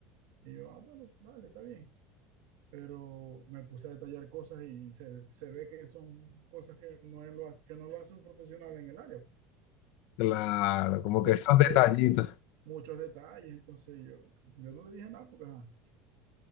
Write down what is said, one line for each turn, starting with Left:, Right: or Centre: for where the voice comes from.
Right: Y yo, ah, bueno, dale, está bien. pero me puse a detallar cosas y se, se ve que son cosas que no, es lo, ha- que no lo hace un profesional en el área.
Left: Claro, como
Right: De,
Left: que esos
Right: mucho
Left: detallitos.
Right: de, muchos detalles, entonces yo, yo no le dije nada porque, ajá,